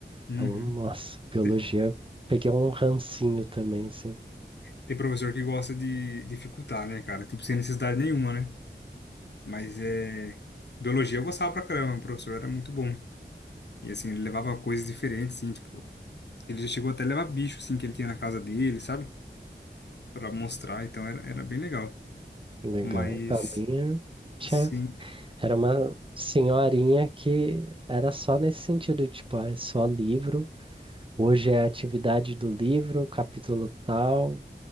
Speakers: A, on the left; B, on the right.
A: Uhum.
B: Então, nossa, biologia,
A: Te-
B: peguei um rancinho também, assim.
A: Tem professor que gosta de dificultar, né, cara? Tipo, sem necessidade nenhuma, né? Mas é. Biologia eu gostava pra caramba, o professor era muito bom. E assim, ele levava coisas diferentes, assim, tipo. Ele já chegou até a levar bicho, assim, que ele tinha na casa dele, sabe? Pra mostrar, então era, era bem legal.
B: Legal.
A: Mas,
B: A minha, tchá,
A: sim.
B: era uma senhorinha que era só nesse sentido, tipo, ah, é só livro. Hoje é a atividade do livro, capítulo tal,